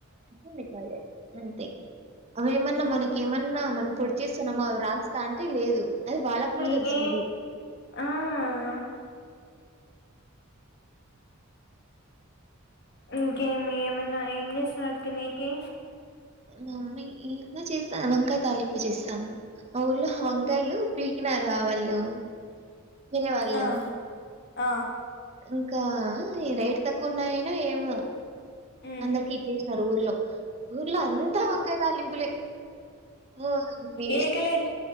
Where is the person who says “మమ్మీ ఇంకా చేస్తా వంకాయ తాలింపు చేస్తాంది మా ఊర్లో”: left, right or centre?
Right